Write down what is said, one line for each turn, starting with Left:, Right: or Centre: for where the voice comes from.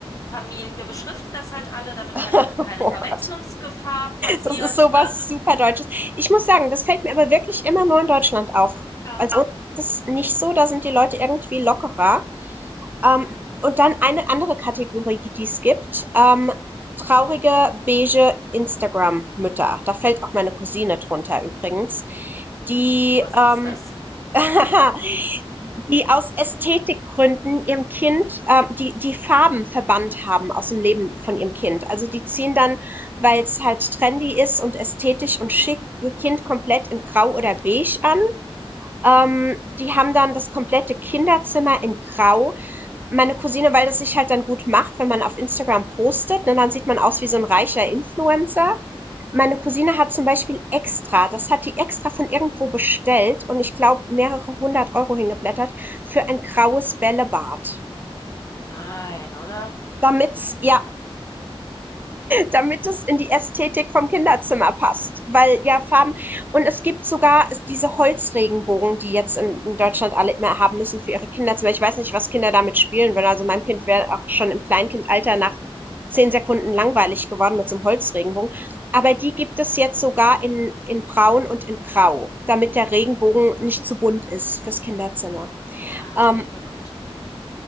Left: Familien. Wir beschriften das halt alle, damit
Right: <laughs>
Left: halt auch keine
Right: Oh
Left: Verwechslungsgefahr
Right: Gott,
Left: passiert,
Right: das ist sowas
Left: ne?
Right: super Deutsches. Ich muss sagen, das fällt mir aber wirklich immer nur in Deutschland auf.
Left: Ja.
Right: Also uns ist es nicht so, da sind die Leute irgendwie lockerer.
Left: Mhm.
Right: Ähm, und dann eine andere Kategorie, die es gibt. Ähm, traurige, beige Instagram-Mütter. Da fällt auch meine Cousine drunter übrigens. Die,
Left: Was
Right: ähm,
Left: ist das?
Right: <laughs> die aus Ästhetikgründen ihrem Kind ähm, die die Farben verbannt haben aus dem Leben von ihrem Kind. Also die ziehen dann, weil es halt trendy ist und ästhetisch und
Left: Mhm.
Right: schick, ihr Kind komplett in Grau oder Beige an ähm, die haben dann das komplette Kinderzimmer in Grau. Meine Cousine, weil das sich halt dann gut macht, wenn man auf Instagram postet, ne, dann sieht man aus wie so ein reicher Influencer. Meine Cousine hat zum Beispiel extra, das hat die extra von irgendwo bestellt und ich glaube mehrere hundert Euro hingeblättert, für ein graues Bällebad.
Left: Nein, oder?
Right: Damit's, ja, damit es in die Ästhetik vom Kinderzimmer passt. Weil ja Farben und es gibt sogar diese Holzregenbogen, die jetzt in, in Deutschland alle immer haben müssen für ihre Kinderzimmer. Ich weiß nicht, was Kinder damit spielen würden. Also meinem Kind wäre auch schon im Kleinkindalter nach zehn Sekunden langweilig geworden mit so einem Holzregenbogen. Aber die gibt es jetzt sogar in, in Braun und in Grau, damit der Regenbogen nicht zu bunt ist fürs Kinderzimmer.
Left: Ach
Right: Ähm,
Left: du lieber Gott.